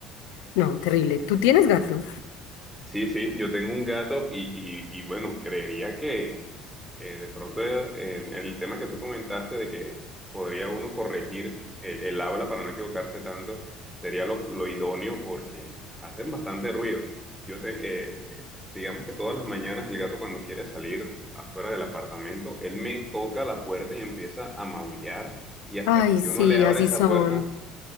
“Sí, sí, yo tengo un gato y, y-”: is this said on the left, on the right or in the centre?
Centre